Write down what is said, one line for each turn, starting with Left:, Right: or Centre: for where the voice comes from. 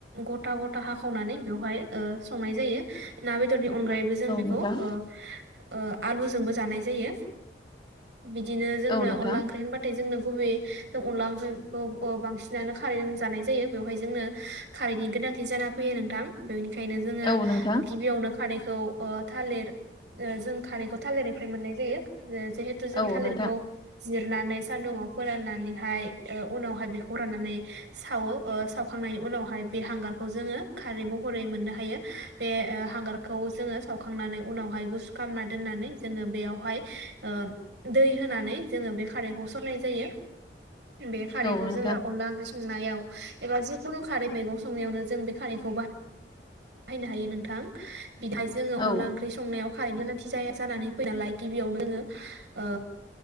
Right: ग था गथा हाखावनानै बेवहाय ओ संनाय जायो ना बेदरनि अनगायैबो जों
Left: औ
Right: बेखौ
Left: नोंथां
Right: ओ ओ आलुजोंबो जानाय जायो। बिदिनो जोंनो
Left: औ नोंथां
Right: अनला ओंख्रि होनबाथाय जोंनो गुबै जों अनला ओंख्रिखौ बांसिनानो खारैजों जानाय जायो बेवहाय जोंनो खारैनि गोनां थि जाना फैयो नोंथां बे खायनो जोंङो
Left: औ नोंथां
Right: गिबियावनो खारैखौ ओ थालिर ओ जों खारैखौ थालिरनिफ्राय मोननाय जायो। जेहेथु जों थालिरखौ
Left: औ नोंथां
Right: जिरनानै सानदुंआव फोराननानैहाय ओ उनावहाय बेखौ फोराननानै सावो ओ सावखांनायनि उनावहाय बे हांगार खौ जोंङो खारै महरै मोननो हायो। बे ओ हांगारखौ जोंङो सावखांनानै उनावहाय गुसु खामना दोननानै जोंङो बेयावहाय ओ दै होनानै जोंङो बेख खारैखौ सरनाय जायो। बे खारै
Left: औ
Right: जोंङो
Left: नोंथां
Right: अनला ओंख्रि स नायाव एबा जिखुनु खारै मैगं संनायावनो जों बे खारै खौ बा हायनो हायो नोंथां। बिथाय जोंङो
Left: औ
Right: अनला ओंख्रि संनायाव खारै गोनांथि जाया जानानै फैनालाय गिबियावनो जोंङो ओ